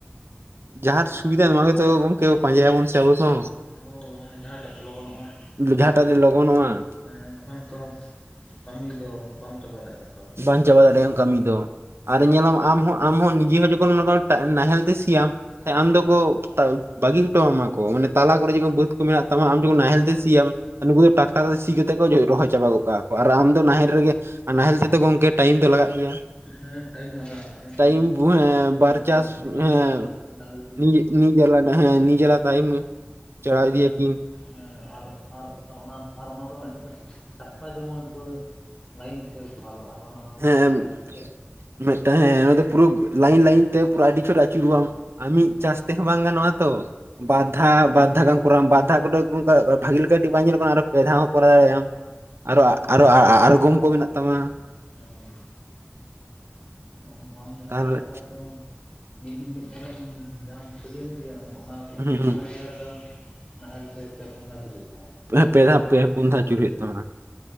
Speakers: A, on the right; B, on the left.
A: ᱡᱟᱦᱟᱸᱨ ᱥᱩᱵᱤᱫᱷᱟ ᱱᱚᱣᱟ ᱜᱮᱛᱚ ᱜᱚᱝᱠᱮ ᱯᱟᱸᱡᱟᱭ ᱟᱵᱚᱱ ᱥᱮ ᱟᱵᱚ ᱫᱚ
B: ᱦᱳᱭ ᱢᱟᱱᱮ ᱡᱟᱦᱟᱸᱴᱟᱜ
A: ᱾
B: ᱛᱚ ᱞᱚᱜᱚᱱᱚᱜᱼᱟ
A: ᱡᱟᱦᱟᱸ ᱴᱟᱜ ᱛᱮ ᱞᱚᱜᱚᱱᱚᱜᱼᱟ ᱾
B: ᱦᱮᱸ ᱵᱟᱠᱷᱟᱱ ᱛᱚ ᱠᱟᱹᱢᱤ ᱫᱚ ᱵᱟᱢ ᱪᱟᱵᱟ ᱫᱟᱲᱮᱭᱟᱜᱼᱟ ᱠᱟᱱᱟ᱾
A: ᱵᱟᱝ ᱪᱟᱵᱟ ᱫᱟᱲᱮᱭᱟᱜ ᱟᱢ ᱠᱟᱹᱢᱤ ᱫᱚ ᱾ ᱟᱨ ᱧᱮᱞᱟᱢ ᱟᱢᱦᱚᱸ ᱟᱢᱦᱚᱸ ᱱᱤᱡᱮ ᱦᱚᱸ ᱡᱚᱠᱷᱚᱱ <unintelligible> ᱱᱟᱦᱮᱞ ᱛᱮ ᱥᱤᱭ ᱟᱢ ᱾ ᱟᱢ ᱫᱚᱠᱚ ᱵᱟᱹᱜᱤ ᱦᱚᱴᱚᱣᱟᱢᱟ ᱠᱚ, ᱢᱟᱱᱮ ᱛᱟᱞᱟ ᱠᱚᱨᱮ ᱡᱚᱠᱷᱚᱱ ᱵᱟᱹᱫ ᱠᱚ ᱢᱮᱱᱟᱜ ᱛᱟᱢᱟ ᱟᱢ ᱡᱚᱠᱷᱚᱱ ᱱᱟᱦᱮᱞ ᱛᱮ ᱥᱤᱭᱟᱢ ᱱᱩᱠᱩ ᱫᱚ ᱴᱟᱠᱴᱟᱨᱛᱮ ᱥᱤ ᱠᱟᱛᱮ ᱠᱚ ᱨᱚᱦᱚᱭ ᱪᱟᱵᱟ ᱜᱚᱫ ᱠᱟᱜᱼᱟ ᱠᱚ ᱟᱨ ᱟᱢ ᱫᱚ ᱱᱟᱦᱮᱞ ᱨᱮᱜᱮ ᱟᱨ ᱱᱟᱦᱮᱞ ᱜᱚᱢᱠᱮ ᱴᱟᱭᱤᱢ ᱫᱚ ᱞᱟᱜᱟᱜ ᱜᱮᱭᱟ᱾
B: ᱦᱮᱸ ᱴᱟᱭᱤᱢ ᱞᱟᱜᱟᱜᱼᱟ ᱱᱟᱦᱮᱞ
A: ᱴᱟᱭᱤᱢ
B: ᱢᱟ ᱚᱱᱟ
A: ᱵᱟᱨ
B: ᱫᱚ
A: ᱪᱟᱥ
B: ᱩᱱᱤ
A: ᱦᱮᱸ
B: ᱡᱟᱞᱟ ᱰᱟᱝᱨᱤ
A: ᱱᱤᱡ ᱱᱤᱡ ᱡᱟᱞᱟ ᱦᱮᱸ ᱱᱤᱡ ᱡᱟᱞᱟ ᱴᱟᱭᱤᱢ ᱪᱟᱞᱟᱣ ᱤᱫᱤᱭᱟᱠᱤᱱ
B: <unintelligible> ᱟᱨ ᱟᱨ ᱚᱱᱟ ᱟᱨ ᱚᱱᱟ ᱫᱚ ᱢᱤᱫᱴᱮ ᱴᱟᱠᱴᱟᱨ ᱡᱮᱢᱚᱱ ᱯᱩᱨᱟᱹ ᱞᱟᱹᱭᱤᱱ ᱛᱮ <unintelligible> ᱟᱨ ᱚᱱᱟ ᱫᱚ
A: ᱦᱮᱸ
B: ᱢᱤᱫᱴᱟᱝ ᱜᱮ᱾
A: ᱢᱤᱫᱴᱟᱝ ᱦᱮᱸ ᱚᱱᱟ ᱫᱚ ᱯᱩᱨᱟᱹ
B: ᱱᱟᱦᱮᱞ
A: ᱞᱟᱭᱤᱱ ᱞᱟᱭᱤᱱ ᱛᱮ ᱯᱩᱨᱟᱹ ᱟᱹᱰᱤ ᱪᱷᱚᱴ
B: ᱦᱮᱸ
A: ᱟᱹᱪᱩᱨᱚᱜ-ᱟ᱾ ᱟᱨ ᱢᱤᱫ ᱪᱟᱥ ᱛᱮᱦᱚᱸ ᱵᱟᱝ ᱜᱟᱱᱚᱜᱼᱟ ᱛᱚ,
B: ᱦᱮᱸ
A: ᱵᱟᱫᱷᱟ ᱵᱟ ᱟᱫᱷᱟ ᱜᱟᱢ ᱠᱚᱨᱣᱟ ᱵᱟᱫᱷᱟ ᱠᱚ ᱛᱚ <unintelligible> ᱵᱷᱟᱜᱤᱮ ᱠᱟᱹᱴᱤᱡ ᱵᱟᱝ ᱧᱮᱞᱚᱜ ᱠᱟᱱᱟ ᱟᱨᱚ ᱯᱮ ᱫᱷᱟᱣ ᱦᱚᱸ ᱠᱚᱨᱟᱣ ᱫᱟᱲᱮᱭᱟᱜ-ᱟᱢ,
B: ᱦᱮᱸ ᱦᱮᱸ
A: ᱟᱨᱚ <unintelligible> ᱟᱬᱜᱚᱢ ᱠᱚ ᱢᱮᱱᱟᱜ ᱛᱟᱢᱟ ᱾
B: ᱦᱩᱸ᱾ ᱟᱢ ᱟᱢ ᱡᱟᱦᱟᱸ
A: ᱛᱟᱦᱚᱞᱮ
B: ᱴᱟᱠᱴᱚᱨ ᱛᱮᱢ ᱫᱤᱱ ᱢᱤᱫ ᱫᱷᱟᱨᱮᱢ ᱡᱟᱦᱟᱸᱟᱢ ᱠᱤᱨᱤᱧ ᱤᱫᱤᱭᱟ ᱚᱱᱟ
A: ᱦᱩᱸ ᱦᱩᱸ
B: ᱚᱱᱟ ᱡᱟᱭᱜᱟ ᱨᱮᱜᱮ ᱟᱢ ᱱᱟᱦᱮᱞ ᱛᱮ ᱯᱮ ᱯᱩᱱ ᱫᱷᱟᱣ ᱟᱪᱩᱨᱜ ᱦᱩᱭᱩᱜ ᱛᱟᱢᱟ ᱾
A: ᱮ ᱯᱮ ᱫᱷᱟᱣ ᱯᱮ ᱯᱩᱱ ᱫᱷᱟᱣ ᱟᱪᱩᱨ ᱦᱩᱭᱩᱜ ᱛᱟᱢᱟ᱾